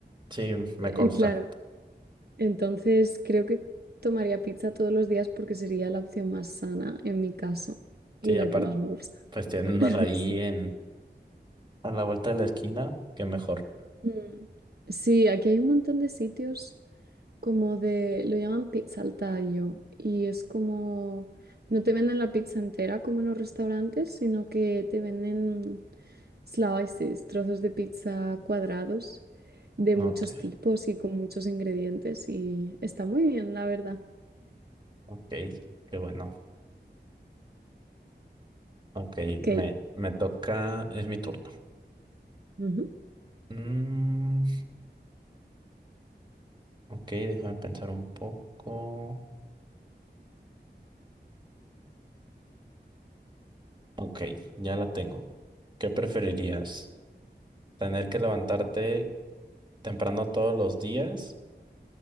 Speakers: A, on the right; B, on the right.
A: sí,
B: Eh,
A: me consta.
B: Claro, Entonces, creo que tomaría pizza todos los días porque sería la opción más sana en mi caso y
A: Sí,
B: la
A: aparte,
B: que más me gusta.
A: pues teniéndola
B: <laughs>
A: ahí
B: Sí.
A: en, a la vuelta de la esquina, qué mejor.
B: Mm. Sí, aquí hay un montón de sitios como de, lo llaman pizza al tallo y es como, no te venden la pizza entera como en los restaurantes, sino que te venden slices, trozos de pizza cuadrados de
A: Ok,
B: muchos tipos y con muchos ingredientes y está muy bien, la verdad.
A: ok, qué bueno. Ok,
B: Ok.
A: me, me toca, es mi turno.
B: Ujú,
A: Mm, ok, déjame pensar un poco. Ok, ya la tengo. ¿Qué preferirías? ¿Tener que levantarte temprano todos los días